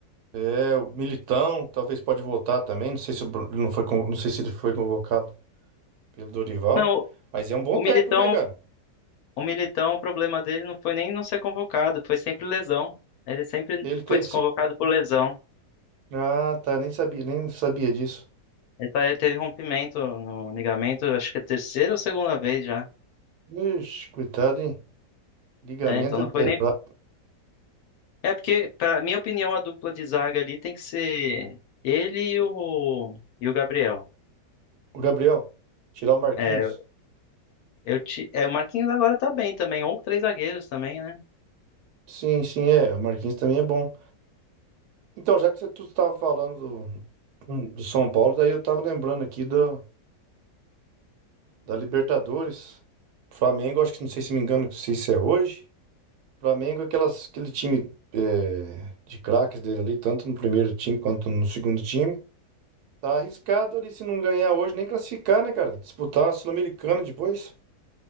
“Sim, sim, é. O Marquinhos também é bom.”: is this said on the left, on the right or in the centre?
Right